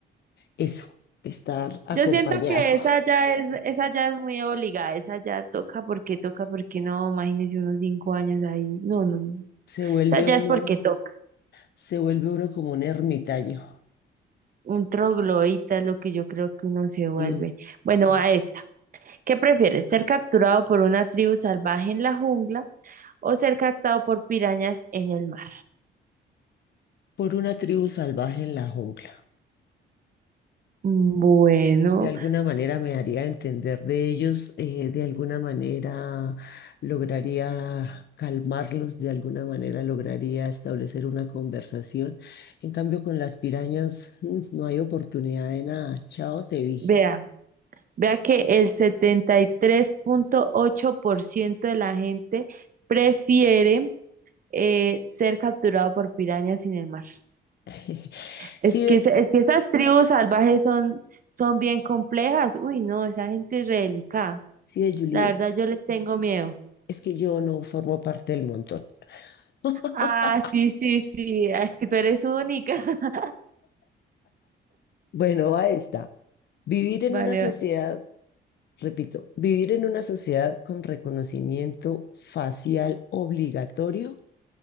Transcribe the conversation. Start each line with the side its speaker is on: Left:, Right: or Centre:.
Left: eso, estar acompañado.
Right: Yo siento que esa ya es, esa ya es muy obligada, esa ya toca porque toca, porque no, imagínese unos cinco años ahí. No, no, no.
Left: <laughs> Se vuelve
Right: Esa ya
Left: uno,
Right: es porque toca.
Left: se vuelve uno como un ermitaño,
Right: Un troglodita es lo que yo creo que uno se vuelve.
Left: mm,
Right: Bueno, a esta. ¿Qué prefieres? ¿Ser capturado por una tribu salvaje en la jungla o ser captado por pirañas en el mar?
Left: por una tribu salvaje en la jungla.
Right: Mm, Bueno,
Left: de alguna manera me haría entender de ellos, eh, de alguna manera lograría calmarlos, de alguna manera lograría establecer una conversación. En cambio, con las pirañas mm, no hay oportunidad de nada. Chao, te vi.
Right: vea, vea que el setenta y tres punto ocho por ciento de la gente prefiere eh, ser capturado por pirañas en el mar.
Left: <laughs>
Right: Es
Left: Sí,
Right: que,
Left: ve-
Right: es que esas tribus salvajes son, son bien complejas. Uy, no, esa gente es re delicada.
Left: sí, ve, Juliet,
Right: La verdad, yo les tengo miedo.
Left: es que yo no formo parte del montón. <laughs>
Right: Ah, sí, sí, sí. Ah, Es que tú eres única. <laughs>
Left: Bueno, va esta. Vivir en
Right: Vale,
Left: una sociedad,
Right: vale.
Left: repito, vivir en una sociedad con reconocimiento facial obligatorio